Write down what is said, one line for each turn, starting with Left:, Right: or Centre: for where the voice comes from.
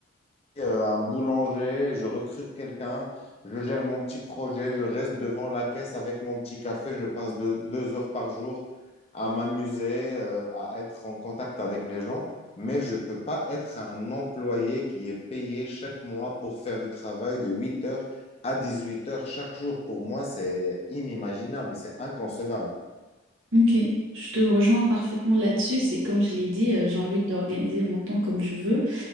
Left: euh, un boulanger, je recrute quelqu'un, je gère mon petit projet, je reste devant la caisse avec mon petit café, je passe deux, deux heures par jour à m'amuser, euh, à être en contact avec les gens, mais je ne peux pas être un employé qui est payé chaque mois pour faire du travail de huit heures à dix-huit heures chaque jour. Pour moi, c'est inimaginable, c'est inconcevable.
Right: Ok. Je te rejoins parfaitement là-dessus. C'est comme je l'ai dit, euh, j'ai envie d'organiser mon temps comme je veux.